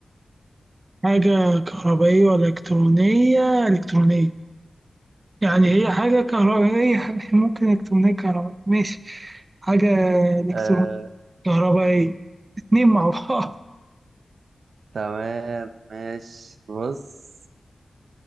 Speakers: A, on the right; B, on the right.
A: حاجة كهربائية ولا إلكترونية إلكترونية يعني هي حاجة كهربائية <laughs> ممكن إلكترونية كهربائية ماشي حاجة إلكترونية
B: آه
A: كهربائية اتنين مع بعض
B: تمام ماشي بص